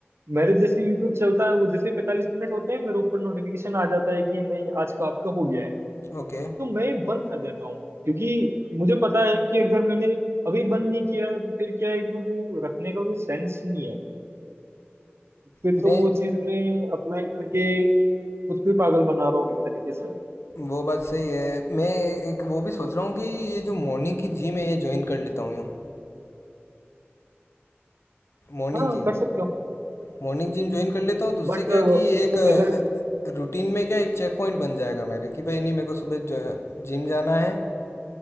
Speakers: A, on the right; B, on the left.
A: मेरे जैसे यूट्यूब चलता है वो जैसे पैंतालीस मिनट होते हैं मेरे ऊपर नोटिफिकेशन आ जाता है कि नहीं आज का आपका हो गया है
B: ओके
A: तो मैं बंद कर देता हूँ क्योंकि मुझे पता है कि अगर मैंने अभी बंद नहीं किया तो फिर क्या है कि वो रखने का कोई सेंस नहीं है फिर
B: मैं
A: तो वो चीज मैं अप्लाई करके खुद को ही पागल बना रहा हूँ एक तरीके से
B: वो बात सही है मैं एक वो भी सोच रहा हूँ कि ये जो मॉर्निंग की जिम है ये ज्वाइन कर लेता हूँ यूँ Morning
A: हाँ
B: gym
A: कर सकते हो
B: morning gym join कर लेता हूँ तो उससे
A: बट
B: क्या
A: उससे
B: कि एक
A: पहले
B: रूटीन में क्या एक चेक पॉइंट बन जाएगा मेरे कि भाई नहीं मेरे को सुबह जो जिम जाना है